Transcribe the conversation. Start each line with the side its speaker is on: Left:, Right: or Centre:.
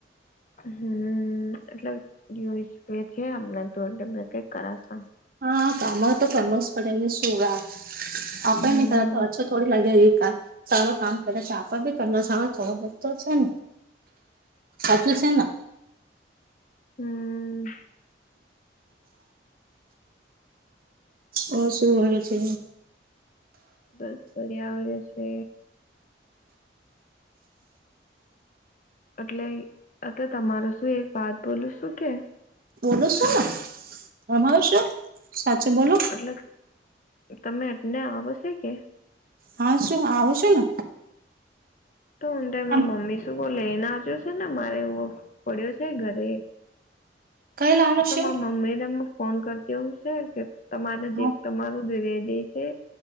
Left: હમ એટલે જોઈશ છે એને કઈક કરાશ
Right: હા કામ તો કરમોસ પડે ને શું આપણે
Left: હમ
Right: ન કર તો અચ્છ થોડી લાગે એ ક સારો કામ કરે છેાપડ બી કરના સારો થોડો બધતો છે ને સાચું છે ને
Left: હમ
Right: ઓ શું વા છે
Left: બસ બિયા આવ જશે એટલે અ તમાર શું એક વાત બોલું શું કે
Right: બોલો શું તમાવ શું સાચચો બોલો
Left: એટલે તમે એટને આવશે કે
Right: હા શું આવું છું ને
Left: તો ઊ
Right: તમે
Left: મમ્મી શું બહ લઈનેજ્યો છે ને મારે એવું પડ્યો છે ઘરે
Right: કઈ લાડો
Left: તો
Right: છો
Left: મમ્મીને ફોન કરતી હું છે કે તમારે
Right: હા
Left: તમારું જ રઈ દેશે